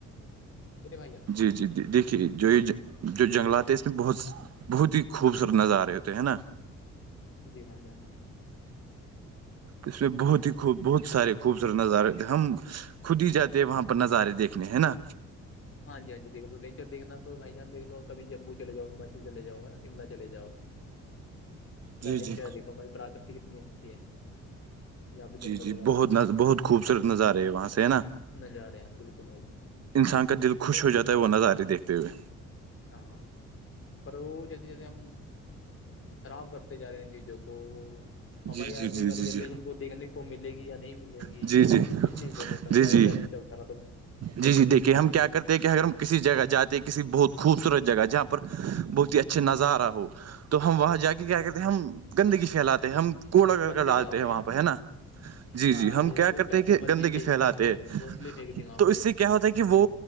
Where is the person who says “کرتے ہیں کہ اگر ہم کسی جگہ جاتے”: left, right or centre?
Right